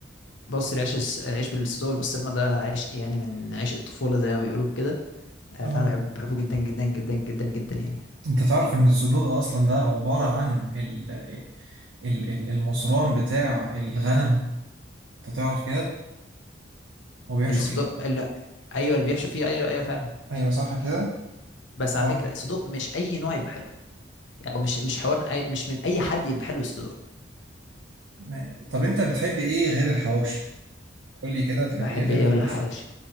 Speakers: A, on the left (about 85°); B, on the right (about 85°).
A: بص العيش الس- العيش بالصدوق والبسطرمه ده عيش يعني من عيش الطفوله زي ما بيقولوا كده آه،
B: اه
A: فانا بحب بحبه جدا جدا جدا جدا جدا يعني
B: انت تعرف ان الصدوق اصلا ده عبارة عن ال- ال- ال- المصران بتاع الغنم انت تعرف كده وبيحشوا
A: الصدوق
B: فيه
A: ال... ايوه اللي بيحشو فيه ايوه ايوه فعلا
B: ايوه صح كده
A: بس على
B: اه
A: فكره الصدوق مش اي نوع يبقى حلو يعني مش مش حوار من أي... مش من اي حد يبقى حلو الصدوق
B: ما- طب انت بتحب ايه غير الحواوشي قول لي كده بتحب
A: بحب
B: ايه غير
A: ايه
B: الحواوشي
A: ولا حواوشي